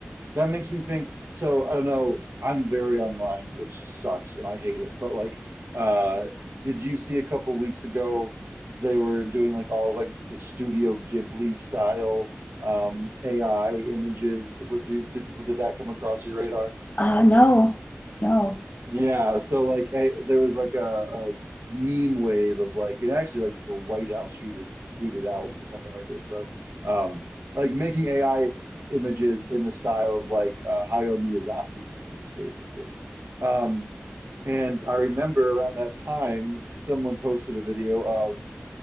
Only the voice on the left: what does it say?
Uh no, no.